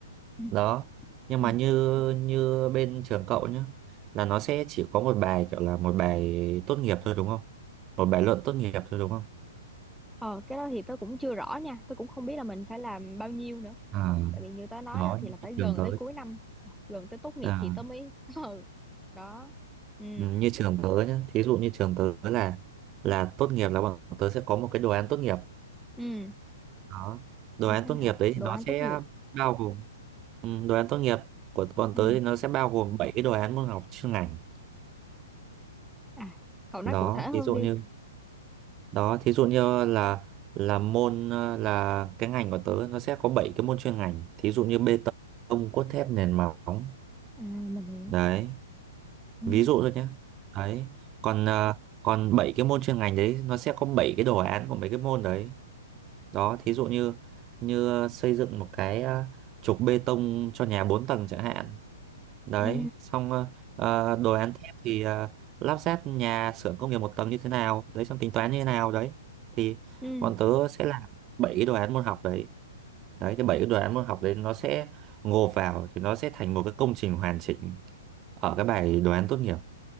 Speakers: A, in the centre; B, on the right.
A: <laughs> ừ.
B: đó nhưng
A: Ừ.
B: mà như như bên trường cậu nhá là nó sẽ chỉ có một bài kiểu là một bài tốt nghiệp thôi đúng không một bài luận tốt nghiệp thôi đúng không
A: ờ cái đó thì tớ cũng chưa rõ nha tớ cũng không biết là mình phải làm bao nhiêu nữa
B: à
A: ờ tại vì như tớ nói
B: đó
A: đó thì là phải
B: như trường
A: gần
B: tớ
A: tới cuối năm ờ, gần tới tốt nghiệp
B: à,
A: thì tớ mới <laughs> ừ đó ừ
B: ừ, như trường tớ nhá thí dụ như trường tớ là là tốt nghiệp là bọn tớ sẽ có một cái đồ án tốt nghiệp
A: ừ
B: đó đồ
A: như
B: án
A: thế
B: tốt
A: nào
B: nghiệp đấy
A: đồ
B: thì nó
A: án
B: sẽ
A: tốt nghiệp
B: bao gồm ừ, đồ án tốt nghiệp của bọn
A: ừ
B: tớ thì nó sẽ bao gồm bảy cái đồ án môn học chuyên ngành
A: à cậu nói
B: đó
A: cụ thể hơn
B: thí dụ
A: đi
B: như đó thí dụ như là là môn ờ, là cái ngành của tớ nó sẽ có 7 cái môn chuyên ngành thí dụ như bê tông cốt thép nền móng
A: à mình hiểu
B: đấy
A: ừ
B: ví dụ thôi nhé đấy còn ờ, còn 7 cái môn chuyên ngành đấy nó sẽ có 7 cái đồ án của mấy cái môn đấy đó thí dụ như như xây dựng một cái ờ, trục bê tông cho nhà 4 tầng chẳng hạn đấy
A: ừ
B: xong ờ, ờ, đồ án thép thì ờ, lắp ráp nhà xưởng công nghiệp một tầng như thế nào đấy xong tính toán như thế nào đấy thì
A: ừ
B: bọn tớ sẽ làm bảy cái đồ án môn học đấy đấy cái bảy cái đồ án môn học đấy nó sẽ gộp vào thì nó sẽ thành một cái công trình hoàn chỉnh ở cái bài đồ án tốt nghiệp